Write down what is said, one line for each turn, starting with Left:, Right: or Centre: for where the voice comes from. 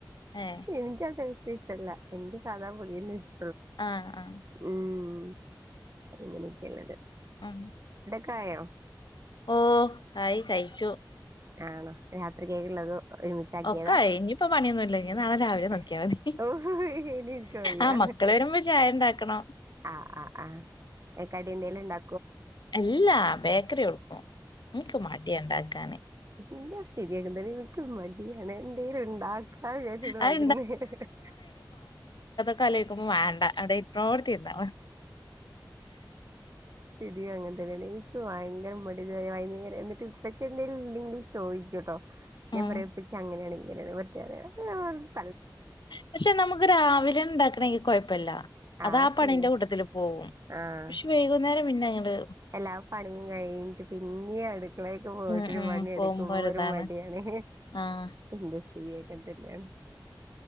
Left: ഏഹ്
Right: എനിക്കാ ടേസ്റ്റ് ഇഷ്ടല്ല എനിക്ക് സാധാ പൊടിയെന്നെ ഇഷ്
Left: ആഹ് ആഹ്
Right: ഉം അങ്ങനെക്കൊള്ളത്
Left: ഉം
Right: ക്കായോ
Left: ഓ ആയി കയിച്ചു
Right: ആണോ രാത്രി കേക്കുള്ളത് ഒരുമിച്ചാക്കിയത
Left: ഒക്കെ ആയി ഇനിയിപ്പോ പണിയൊന്നുല്ല
Right: <unintelligible>
Left: ഇനി നാളെ രാവിലെ നോക്കിയാ മതി
Right: ഇനി എനിക്കയ്യ
Left: ആഹ് മക്കള് വരുമ്പോ ചായ ഉണ്ടാക്കണം
Right: ആഹ് ആഹ് ആഹ് കടിന്തേലുംണ്ടാ
Left: എല്ലാ ബേക്കറി കൊട്ക്കും ൻക്ക് മടിയ ണ്ടാക്കാന്
Right: ന്റെ സ് തിയിതൊക്കെതന്നെ ൻക്കും മടിയാണ് എന്തേലുണ്ടാക്കാന്ന് വിരാച്ചിര്ന്ന്
Left: അത്
Right: വൈകുന്നേര
Left: ക്കലോയ്ക്കുമ്പോ വേണ്ട അവിടെ ഇരിക്കാനോടത് ഇരുന്നാ മ
Right: തിഅങ്ങൻ ണി ൻക്ക് വയങ്കര മടിയ എ അയ്ന്ന്ങ്ങനെ ന്നിട്ട് ഇപ്പച്ചെന്തേലും ഇല്ലെങ്കിൽ ചോയ്ക്കൂട്ടോ ഞാൻ
Left: ഉം
Right: പറയാ ഇപ്പച്ച്യേ അങ്ങനെയാണ് ഇങ്ങനെയാണ് മറ്റാണ്
Left: പക്ഷെ നമുക്ക് രാവിലെം ണ്ടാക്കണെങ്കില് കൊഴപ്പല്ല
Right: ആഹ്
Left: അതാ ആ പണിന്റെ
Right: ശരിയാ
Left: കൂട്ടത്തില് പോവും
Right: ആഹ്
Left: പക്ഷെ വൈകുന്നേരം പിന്നെങ്ങട്
Right: എല്ലാ പണിയും കഴിഞ്ഞിട്ട് പിന്നിം അടുക്കളേക്ക് പോയിട്ടൊരു
Left: ഉം ഉം
Right: പണിയെടുക്കുമ്പോ
Left: പോകുമ്പോ ഒരിതാണ്
Right: ഒരു മടിയാണ്
Left: ആഹ്
Right: ന്റെ സ് ശരിയക്കെ തന്നെയാണ്